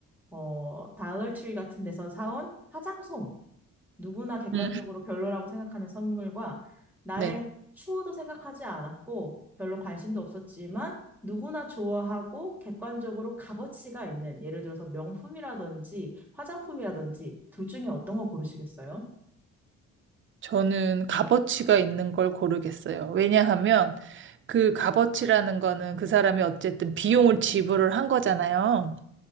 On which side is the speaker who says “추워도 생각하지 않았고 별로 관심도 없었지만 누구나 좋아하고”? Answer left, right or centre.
Centre